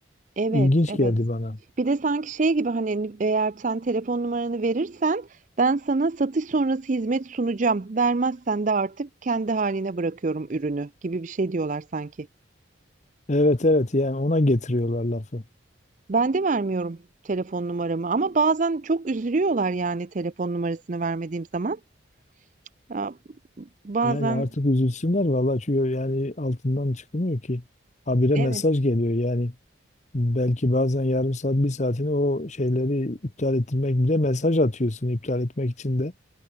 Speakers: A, on the right (about 40°); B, on the left (about 35°).
A: evet,
B: İlginç
A: evet.
B: geldi bana.
A: Bir de sanki şey gibi hani eğer sen telefon numaranı verirsen ben sana satış sonrası hizmet sunacağım. Vermezsen de artık kendi haline bırakıyorum ürünü gibi bir şey diyorlar sanki.
B: Evet evet yani ona getiriyorlar lafı.
A: Ben de vermiyorum telefon numaramı ama bazen çok üzülüyorlar yani telefon numarasını vermediğim zaman. Ya, bazen
B: Yani artık üzülsünler vallahi çünkü yani altından çıkılmıyor ki. Habire
A: evet,
B: mesaj geliyor yani belki bazen yarım saat bir saatini o şeyleri iptal ettirmek bile mesaj atıyorsun iptal etmek için de